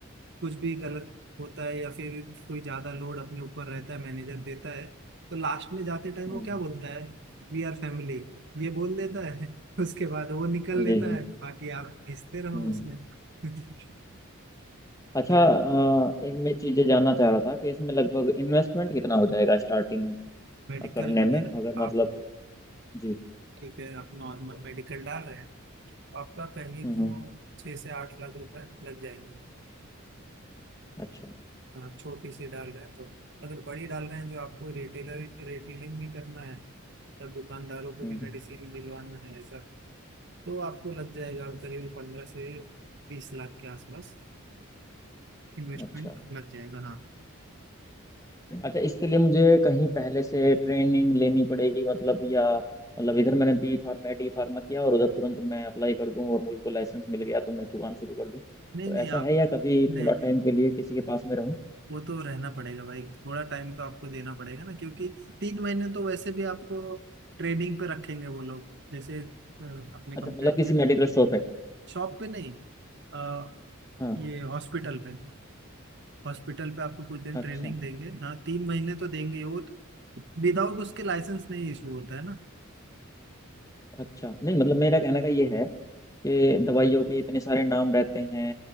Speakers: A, on the right; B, on the left.
A: कुछ भी गलत होता है या फिर कोई ज्यादा लोड अपने ऊपर रहता है मैनेजर देता है तो लास्ट में जाते टाइम
B: हम्म
A: वो क्या बोलता है वी आर फैमिली ये बोल देता है उसके बाद वो निकल
B: जी
A: लेता
B: जी
A: है बाकी आप घिसते रहो
B: हम्म
A: उसमें
B: हम्म।
A: <laughs>
B: अच्छा
A: तो
B: अ, एक मैं चीजें जानना चाह रहा था कि इसमें लगभग इन्वेस्टमेंट कितना हो जाएगा स्टार्टिंग
A: मेडिकल
B: करने में
A: अगर
B: अगर मतलब
A: आप
B: जी
A: ठीक है आप नॉर्मल मेडिकल डाल रहे हैं तो आपका कहीं
B: हम्म
A: तो
B: हम्म,
A: छः से आठ लाख रुपए लग जाएंगे
B: अच्छा
A: हाँ छोटी सी डाल रहे हैं तो अगर बड़ी डाल रहे हैं जो आपको रिटेलर रिटेलिंग भी करना है मतलब दुकानदारों को
B: हम्म
A: भी
B: हम्म,
A: मेडिसिन दिलवाना है ऐसा तो आपको लग जाएगा करीब पंद्रह से बीस लाख के आसपास इन्वेस्टमेंट
B: अच्छा
A: लग जाएगा हाँ
B: अच्छा इसके लिए मुझे कहीं पहले से ट्रेनिंग लेनी पड़ेगी मतलब या मतलब इधर मैंने बी फार्मा डी फार्मा किया और उधर तुरंत मैं अप्लाई कर दूं और मुझको लाइसेंस मिल गया तो मैं दुकान शुरू कर दूं तो
A: नहीं नहीं
B: ऐसा
A: आप
B: है या कभी
A: नहीं
B: थोड़ा टाइम के लिए किसी के पास में रहूं
A: वो तो रहना पड़ेगा भाई थोड़ा टाइम तो आपको देना पड़ेगा ना क्योंकि तीन महीने तो वैसे भी आपको ट्रेनिंग पे रखेंगे वो लोग जैसे अ, आपने
B: अच्छा
A: कंप्लीट
B: मतलब किसी
A: किया
B: मेडिकल शॉप है
A: शॉप पे नहीं अ,
B: हाँ
A: ये हॉस्पिटल पे हॉस्पिटल पे आपको कुछ दिन ट्रेनिंग
B: अच्छा
A: देंगे हाँ तीन महीने तो देंगे ही, वो तो विदाउट उसके लाइसेंस नहीं इशू होता है ना
B: अच्छा नहीं मतलब मेरा कहने का ये है कि दवाइयों के इतने सारे नाम रहते हैं